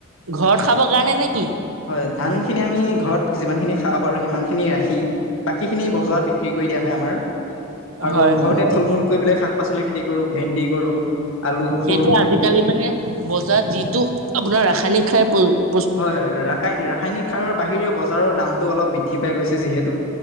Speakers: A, on the right (about 80°); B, on the left (about 70°).
A: ঘৰত খাবৰ কাৰণে নে কি?
B: হয়, ধান খিনি আমি ঘৰত যিমানখিনি খাব পাৰোঁ, সিমানখিনি ৰাখি বাকীখিনি বজাৰত বিক্ৰী কৰি দিয়া হয়, আমাৰ। আৰু
A: হয়
B: ঘৰতে
A: হয় হয়।
B: থল মূল কৰি পেলাই শাক পাচলি খেতি কৰোঁ ভেন্দি, কৰোঁ আলু
A: সেইটো
B: কৰোঁ
A: আজিকালি মানে বজাৰত যিটো আপোনাৰ ৰাসায়নিক সাৰৰ
B: হয়, হয় ৰা ৰাসায়নিক সাৰৰ বাহিৰেও বজাৰৰ দামটো অলপ বৃদ্ধি পাই গৈছে, যিহেতু